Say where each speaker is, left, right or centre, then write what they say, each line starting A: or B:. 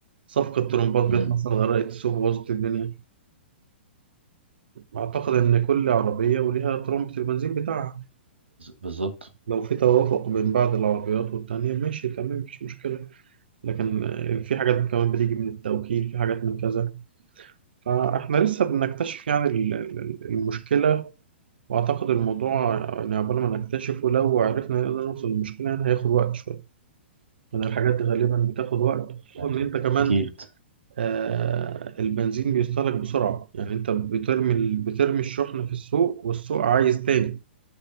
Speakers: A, on the right; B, on the right.
A: صفقة ترمبات
B: امم
A: جت مثلا غرقت السوق بوظت الدنيا أعتقد إن كل عربية وليها ترمبة البنزين بتاعها.
B: بالظبط
A: لو في توافق بين بعض العربيات والتانية ماشي تمام مفيش مشكلة لكن آه، في حاجات كمان بتيجي من التوكيل في حاجات من كذا فاحنا لسه بنكتشف يعني ال- ال- المشكلة وأعتقد الموضوع يعني عقبال ما نكتشفه لو عرفنا نقدر نوصل للمشكلة يعني هياخد وقت شوية لأن الحاجات دي غالبا بتاخد وقت خصوصا
B: يعني
A: إن أنت كمان
B: اكيد
A: آه البنزين بيستهلك بسرعة يعني أنت بترمي ال- بترمي الشحن في السوق والسوق عايز تاني